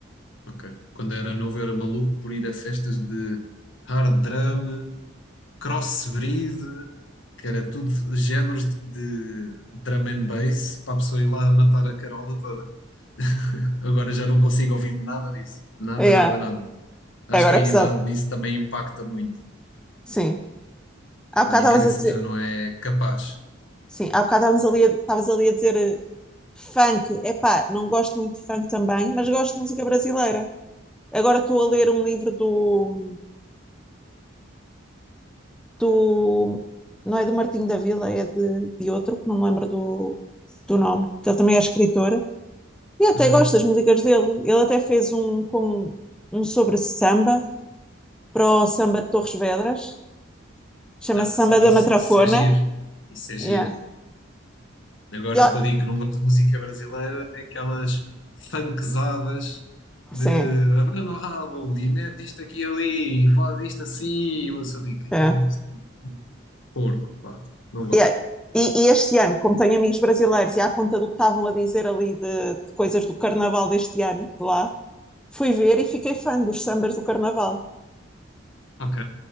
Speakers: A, on the left (about 70°); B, in the centre.
A: Ok. Quando era novo, eu era maluco por ir a festas de hard drum, crossbreed, que era tudo géneros de drum and bass para a pessoa ir lá a matar a carola toda. <laughs> Agora já não consigo ouvir nada disso. Nada,
B: Yeah.
A: nada, nada. Acho
B: Agora
A: que a
B: é
A: idade
B: pesado.
A: nisso também impacta muito.
B: Sim. Há bocado
A: A minha
B: estavas
A: cabeça
B: a dizer.
A: já não é capaz.
B: Sim, há bocado estavas ali, a- estavas ali a dizer eh, funk. Epá, não gosto muito de funk também, mas gosto de música brasileira. Agora estou a ler um livro do do. Não é do Martinho da Vila, é de, de outro, que não me lembro do, do nome, que ele também é escritor. E eu até
A: Uhum.
B: gosto das músicas dele. Ele até fez um, com, um sobre samba, para o samba de Torres Vedras, chama-se
A: Não, mas
B: Samba
A: isso,
B: da Matrafona.
A: isso é giro. Isso é
B: Yeah.
A: giro. Agora,
B: E
A: o
B: ó-
A: que eu digo que não gosto de música brasileira é aquelas funkzadas de
B: Sim,
A: abana o rabo e mete isto aqui e ali e faz isto assim e uma pessoa fica,
B: é.
A: "Ei, isto é muito porco, pá, não gosto.
B: Yeah. E, e este ano, como tenho amigos brasileiros e à conta do que estavam a dizer ali de, de coisas do carnaval deste ano, de lá, fui ver e fiquei fã dos sambas do carnaval,
A: Ok,